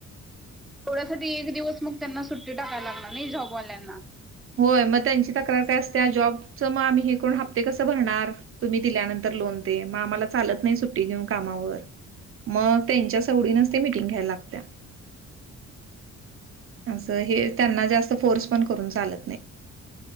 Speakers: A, in the centre; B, on the right.
A: तेवड्यासाठी एक दिवस मग त्यांना सुट्टी टाकायला लागणार नाही जॉबवाल्यांना.
B: होय मग त्यांची तक्रार काय असतीया जॉबच मग आम्ही हे करुण हप्ते कसं भरणार. तुम्ही दिल्यानंतर लोन दे मग आम्हाला चालत नाही सुट्टी घेऊन कामावर मग त्यांच्या. तेवडींच ते मिटींग घ्यायला लागतते.
A: हम्म.
B: असं हे त्यांना जास्त फोर्स पण करून चालत नाही.